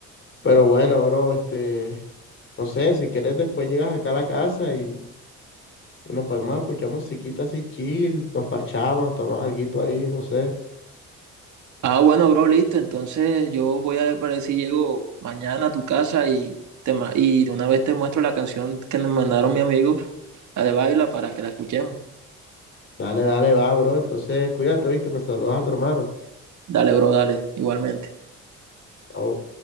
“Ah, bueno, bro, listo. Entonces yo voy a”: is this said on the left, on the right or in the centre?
Right